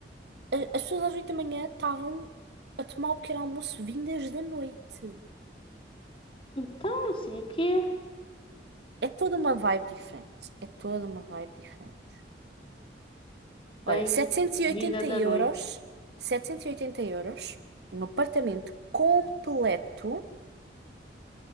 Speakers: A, on the right; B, on the left.
A: a- as pessoas às oito da manhã estavam a tomar o pequeno almoço vindas da noite.
B: Então, assim, aqui é
A: É toda uma vibe diferente. É toda uma vibe diferente. Olha,
B: bem-vinda
A: setecentos e oitenta
B: da
A: euros,
B: noite.
A: 780 euros, um apartamento completo